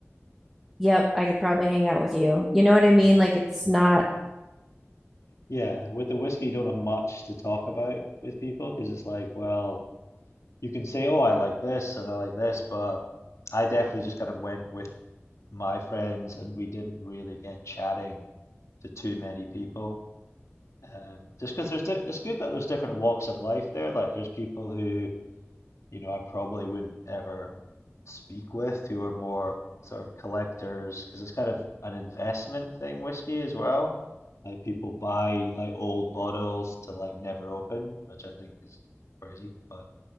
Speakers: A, in the centre; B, on the left.
A: yep, I could probably hang out with you. You know what I mean?
B: yeah,
A: Like it's not,
B: yeah. With the whiskey, you don't have much to talk about with people because it's like, well, you can say, oh, I like this and I like this, but I definitely just kind of went with my friends, and we didn't really get chatting to too many people. Um, just because there's di it's good that there's different walks of life there. Like there's people who, you know, I probably wouldn't ever speak with who are more sort of collectors because it's kind of an investment thing, whiskey as well. Like people buy like old bottles to like never open, which I think is crazy. But